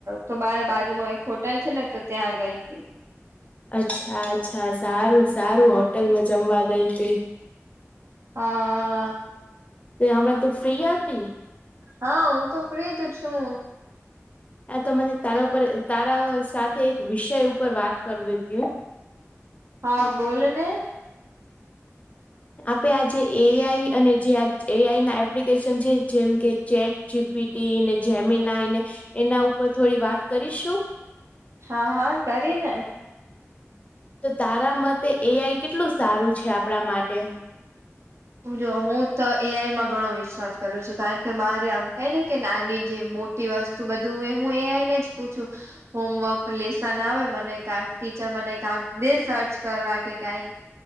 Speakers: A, on the right; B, on the left.
A: તો બારે બાજુમાં એક હોટલ છે ને તો ત્યાં ગઈ હતી.
B: અચ્છા અચ્છા સારું સારું હોટલમાં જમવા ગઈ હતી.
A: હા
B: તે હમણાં તું ફ્રી હતી.
A: હા હું તો ફ્રી જ છું.
B: આ તો મને તારા ઉપર તારા સાથે એક વિષય ઉપર વાત કરવી હતી,
A: હા બોલો ને
B: આપે આજે એઆઈ અને જે એઆઈ ના એપ્લ, <inaudible> જેમ કે ચેટ જીપીટી ને જેમી નાયને, એના ઉપર થોડી વાત કરીશું,
A: હા હા કરીને,
B: તો તારા મતે એઆઈ કેટલું સારું છે, આપણા માટે
A: જો હું તો એઆઈમાં ઘણો વિશ્વાસ કરું છું. કારણ કે મારે આમ થાય ને કે નાની જે મોટી વસ્તુ, તું બધું એ હું એ આઈ નેજ પૂછું હોમવર્ક, લેસન આવે મને કાક ટીચર મને કાક દે સર્ચ કરવા કે કાઈક...